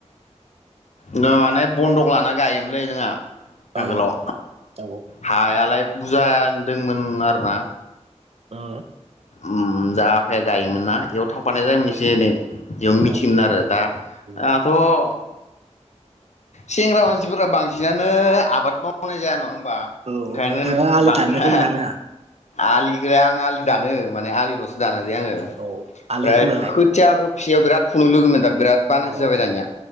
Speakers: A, on the left; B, on the right.
A: उम माने बन्दक लाना गायोमोन। जोंहा आगोलाव
B: औ औ
A: हायालाय बुजान दोंमोन आरो ना
B: ओ
A: उम जा आफाया गायोमोन ना एयाव थांफानाय जायोमोन एसे एनै। जों मिथियोमोन
B: औ
A: आरो दा-दाथ'।
B: उम
A: सेंग्रा मानसिफोरा बांसिनानो आबाद मावनाय जाया नङा मोन बा
B: औ
A: ओंखायनोन
B: नोंथाङा आलि
A: बांद्रा
B: दाननो रोंगोन ना रोङा
A: आलिखो आं आलि दानो माने आलिलसो दानो आङो
B: औ आलि
A: फ्राय
B: खोनोलाय
A: खोथियाखो <unintelligible> ग्राफ फुंनो लोगोमोनदों बिराद बानायसो
B: औ
A: जाबाय दानिया